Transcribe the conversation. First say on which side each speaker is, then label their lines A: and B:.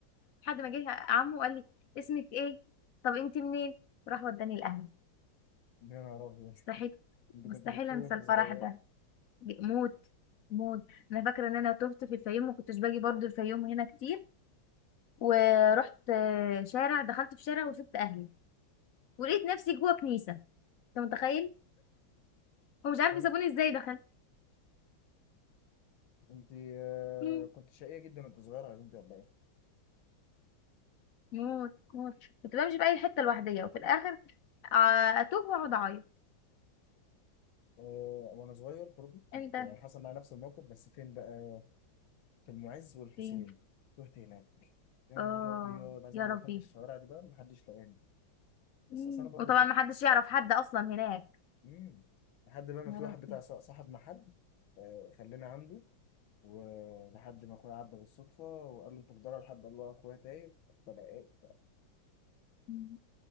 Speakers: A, on the left; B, on the left.
A: لحد ما جه عمه وقال لي اسمك ايه طب انت منين راح وداني الاهل
B: يا نهار ابيض
A: مستحيل
B: انت
A: مستحيل
B: كنت بتتوه
A: انسى
B: وانت
A: الفرح
B: صغير
A: ده موت موت انا فاكره ان انا تهت في الفيوم ما كنتش باجي برضو الفيوم هنا كتير ورحت آه، شارع دخلت في شارع وسبت اهلي ولقيت نفسي جوه كنيسه انت متخيل ومش عارفه
B: يعني
A: سابوني ازاي دخلت
B: انت آه،
A: مم.
B: كنت شقية جدا وانت صغيرة يا بنتي ولا ايه؟
A: موت موت كنت بمشي في اي حته لوحديه وفي الاخر آه، اتوه واقعد اعيط
B: آه، وانا صغير برضه كنت
A: انت
B: يعني حصل معايا نفس الموقف بس فين بقى؟ في المعز والحسين
A: فين
B: رحت هناك يا
A: اه
B: نهار ابيض عايز
A: يا
B: اقول
A: ربي
B: لك دخلت الشوارع دي بقى محدش لقاني
A: مم.
B: بس اصل انا برضه
A: وطبعا
B: كنت
A: ما حدش يعرف حد اصلا هناك
B: مم. لحد بقى ما
A: يا
B: في
A: ربي
B: واحد بتاع ص- صاحب محل آه، خلاني عنده ولحد ما اخويا عدى بالصدفة وقال له انت بتدور لحد الله اخويا تايه فلقيت
A: مم.